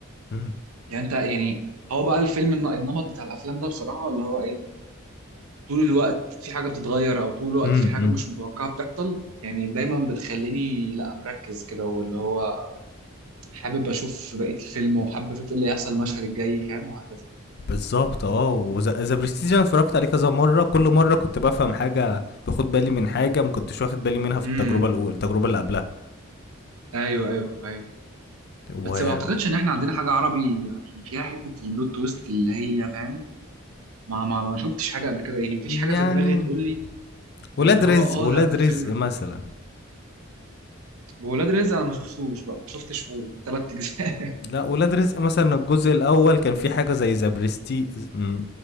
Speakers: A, on the left (about 50°); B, on the right (about 85°).
A: امم
B: يعني انت يعني هو بقى الفيلم الن- النمط بتاع الافلام ده بصراحه اللي هو ايه طول الوقت في حاجه بتتغير او طول الوقت
A: امم
B: في حاجه مش متوقعه بتحصل يعني دايما بتخليني لا مركز كده واللي هو حابب اشوف بقيه الفيلم وحابب اشوف ايه اللي هيحصل المشهد الجاي فاهم وهكذا
A: بالظبط اه وذا برستيج انا اتفرجت عليه كذا مره كل مره كنت بفهم حاجه باخد بالي من حاجه ما كنتش واخد بالي منها في
B: امم
A: التجربه الاولى التجربه اللي قبلها
B: ايوه ايوه ايوه
A: و
B: بس ما اعتقدش ان احنا عندنا حاجه عربي يعني فيها حته البلوت تويست اللي هي فاهم ما ما ما شفتش حاجه قبل كده يعني مفيش حاجه
A: يعني
B: في دماغي تقول لي
A: ولاد
B: اللي هو
A: رزق
B: اه
A: ولاد
B: لا ده
A: رزق
B: الفيلم
A: مثلا
B: ولاد رزق انا ما شفتوش بقى ما شفتش في ثلاث اجزاء
A: لا ولاد رزق مثلا الجزء الاول كان في حاجه زي ذا برستيج م-